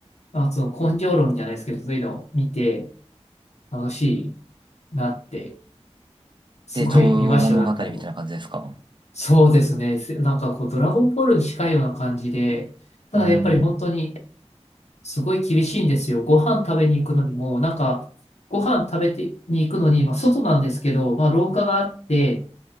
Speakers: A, on the left (about 70°); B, on the right (about 45°).
A: まあ、その、根性論じゃないですけど、そういうのを見て、楽しいなって、すごい見ました、
B: 成長物語みたいな感じですか
A: 何回も。そうですね。せなんかこう、ドラゴンボールに近いような感じで、ただやっぱり本当に
B: うーん。
A: すごい厳しいんですよ。ご飯食べに行くのにも、なんか、ご飯食べてに行くのに、まあ外なんですけど、まあ廊下があって、